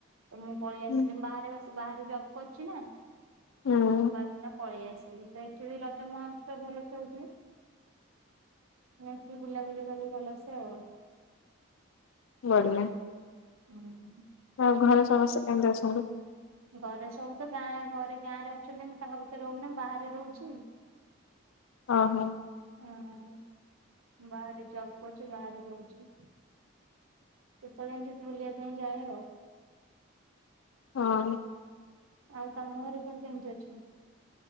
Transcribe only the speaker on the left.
ହୁଁ
ହୁଁ।
ବଢିଆ
<inaudible> ଆଉ ଘରେ ସମସ୍ତେ କେମତି ଅଛନ୍ତି?
ଅ ହଁ।
ହଁ।